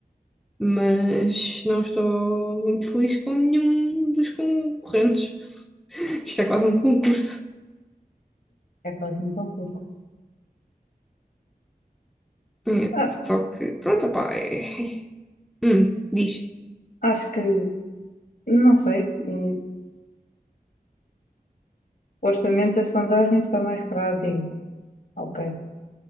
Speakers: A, in the centre; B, on the left.
A: mas não estou muito feliz com nenhum dos concorrentes. Isto é quase um concurso.
B: É quase um concurso.
A: É,
B: Ah,
A: só que, pronto, opá, é... Hum, diz.
B: acho que, não sei, hum, supostamente as sondagens está mais para a AB. Ok.